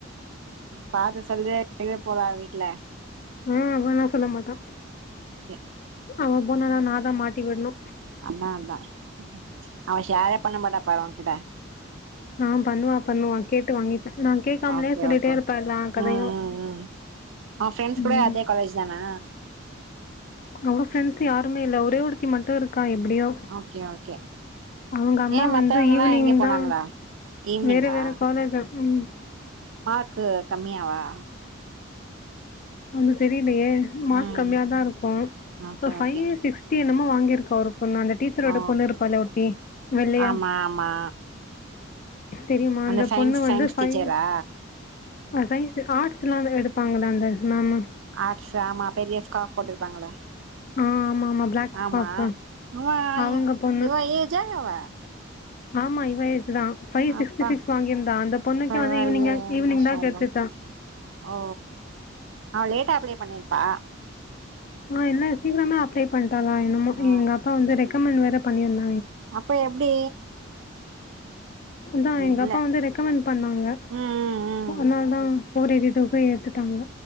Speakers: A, on the right; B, on the left.
A: பாத்து சொல்தே எவே போறா வீட்டுல
B: ஆஹ் அவன்னா சொல்ல மாட்டான்
A: ஓகே
B: அவன் போனாதான் நாதான் மாட்டி விடுணு
A: அதான் அதான் அவன் ஷேரே பண்ண மாட்டா பாரு உன் கிட்ட
B: ஆஹ் பண்ணுவா பண்ணுவா கேட்டு வாங்கிப்பேன் நான் கேட்காமலே
A: ஓகே
B: சொல்லிட்டே
A: ஓகே
B: இருப்பேன்ல்லாம் கதையும்
A: ம் ம் ம் அவ ஃப்ரெண்ட்ஸ்
B: உம்
A: கூட
B: உம்உம்
A: அதே காலேஜ் தானா
B: அவள ஃப்ரெண்ட்ஸ் யாருமேல்ல ஒரே ஒருத்தி மட்டும் இருக் அக்கா எப்படியோ
A: ஓகே ஓகே
B: அவங்க அம்மா
A: ஏ மத்தவங்கல்லா
B: வந்து ஈவினிங்
A: எங்க போனாங்களா
B: தான்
A: ஈவ்னிங்கா
B: வேற வேற காலேஜ உம்
A: க்கு கம்மியாவா
B: ஒன்னுதெரிது அப்டியே மார்க்
A: ம்
B: கம்மியா தான் இருக்கும்
A: ஓகே
B: இப்ப ஃபை
A: ஓகே
B: சிக்ஸ்டி என்னமோ வாங்கிருக்க அவரு பொண்ணு அந்த டீச்சரோட
A: ஓ
B: பொண்ணு இருப்பால ஒருத்தி வெள்ளையா
A: ஆமா ஆமா
B: தெரியுமா
A: அந்த
B: இந்த
A: சயின்ஸ்
B: பொண்ணு வந்து
A: சயின்ஸ்
B: பை
A: டீச்சரா
B: ம் சயின்ஸ் ஆர்ட்ஸ் எல்லாமே எடுப்பாங்கள அந்த மாம்மா
A: ஆக்ஸ் ஆமா பெரிய ஸ்காஃப் போட்டுருப்பாங்களே
B: ஆ ஆமாமா. பிளாக் ஸ்கார்ஃபு.
A: ஆமா ஆமா
B: அவங்க பொண்ணு.
A: இவ ஏஜா அவ
B: ஆமா இவ தான் ஃபைவ் சிக்ஸிடி
A: அப்பா
B: சிக்ஸ் வாங்கியிருந் தா அந்த பொண்ணுக்கு
A: பரவாயில்லையே
B: வந்து ஈவினிங் கே ஈவினிங்
A: மாஷா
B: தான் கெடச்சிச்சா
A: அல்லா ஓ அவ லேட்டா அப்ளே பண்ணிருப்பா
B: இன்னு இல்ல சீக்கிரமே அப்ளை பண் என்னமோ
A: ஆ
B: எங்க அப்பா வந்து ரெக்கமெண்ட் வேரப் பணியன்ன
A: அப்ப எப்டி
B: அதான் எங்க
A: இல்ல
B: அப்பா வந்து ரெக்கமெண்ட் பண்ணாங்க
A: ம் ம் ம்
B: ஒன்னால் தா ஃபோர் எய்ட்டி டுஃப் ஃபை எடுத்துட்டாங்க